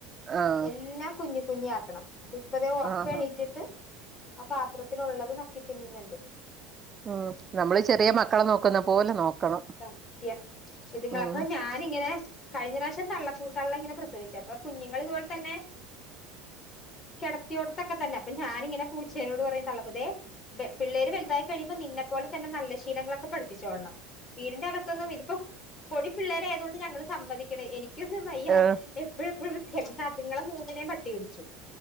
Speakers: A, on the right (about 30°); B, on the left (about 40°).
A: ആഹ്
B: എല്ലാം കുഞ്ഞ കുഞ്ഞാക്കണം ഇപ്പ അതേ ഉറക്കവെണീറ്റിട്ട്
A: ആഹ്
B: ആ പാത്ര ള്ളത് നക്കി തിന്നനണ്ട്
A: ഉം നമ്മള് ചെറിയ മക്കളെ നോക്കുന്ന പോലെ നോക്കണം
B: സത്യം ഇതുങ്ങ
A: ഉം
B: അപ്പൊ ഞാനിങ്ങനെ കഴിഞ്ഞ പ്രാവശ്യം തള്ളപ്പ തള്ളം ഇങ്ങനെ പ്രസവിച്ച അപ്പൊ കുഞ്ഞുൾ ഇതുപോലെ തന്നെ കിടത്തിയോടത്തൊക്കെ തന്നെ അപ്പൊ ഞാനിങ്ങനെ പൂച്ചേനോട് പറയ <inaudible> പിള്ളേര് വലുതായി കഴിയുമ്പോ നിന്നെ പോലെ തന്നെ നല്ല ശീലങ്ങളൊക്കെ പഠിച്ചോളണം വീടിന്റെ അകത്തൊന്നും ഇതിപ്പം പൊടി പിള്ളേ ണ്ട് ഞ സമ്മതിക്ക എനിക്ക വയ്യ
A: ഏഹ്
B: എപ്പോഴ എപ്പോഴും വൃത്തിയാക്കി ഞങ്ങളെ പട്ടി കടിച്ചു